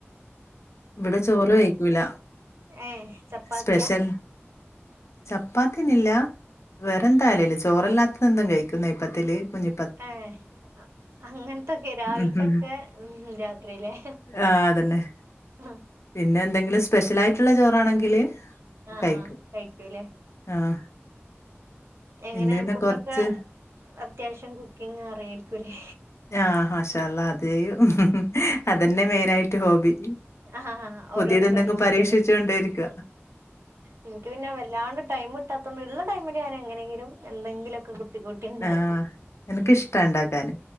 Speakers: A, on the left; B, on the right.
A: ഇവിടെ ചോറ് വെയ്ക്കൂല.
B: ഏഹ് ചപ്പാത്തിയാ
A: സ്പെഷ്യൽ ചപ്പാത്തി ന്നില്ല. വെറെ എന്തായാലേല്ല് ചോറല്ലാത്ത എന്തും കയ്ക്കും നെയ്പ്പത്തില്, കുഞ്ഞി
B: ഏഹ് അങ്ങൻത്തൊക്കെ രാവിൽത്തൊക്കെ
A: ഉം, ഉം.
B: ഉം രാത്രിലെ.
A: ആ അതന്നെ.
B: അഹ.
A: പിന്നെ എന്തെങ്കിലും സ്പെഷ്യൽ ആയിട്ടുള്ള ചോറാണെങ്കില്,
B: ആഹ്
A: കഴിക്കും.
B: ആഹ് കഴിക്കു ലേ.
A: ആഹ്.
B: എങ്ങനെ
A: ഇന്ന് പിന്നെ
B: ഫുഡൊക്കെ
A: കൊറച്ച്
B: അത്യാവശ്യം കുക്കിങ് അറിയേയ്രിക്കുലേ.
A: ആഹ് മാഷാള്ളാഹ് അത് ചെയ്യും. അതന്നെ മെയിനായിട്ട് ഹോബി.
B: ആഹ് അഹ്
A: പുതിയതെന്തെങ്കിലും
B: ഓരോന്ന് പരീക്ഷിക്കല്.
A: പരീക്ഷിച്ചോണ്ടേയിരിക്ക.
B: ഇനിക്ക് പിന്നെ വല്ലാണ്ട് ടൈം കിടാത്തൊണ്ട് ഉള്ള ടൈമിൽ ഞാൻ എങ്ങനെയെങ്കിലും എന്തെങ്കിലൊക്കെ കൂട്ടിണ്ടാക്കും.
A: ആഹ്. എനക്കിഷ്ടാ ഇണ്ടാക്കാന്.